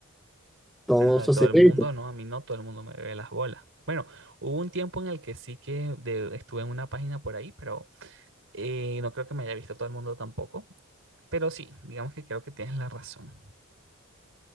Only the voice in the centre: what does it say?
Todo
eso
se
ve.